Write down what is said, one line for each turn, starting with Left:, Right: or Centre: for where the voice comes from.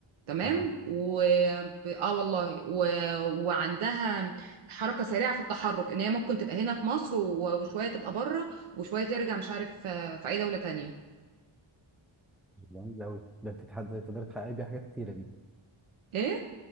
Right: تمام
Centre: أها
Right: و ب- اه والله و... وعندها حركه سريعه في التحرك ان هي ممكن تبقى هنا في مصر و... وشويه تبقى بره وشويه ترجع مش عارف آه، في اي دوله تانية
Centre: جميل أوي ده أنت تقدري تحققي بيها حاجات كتيرة دي
Right: ايه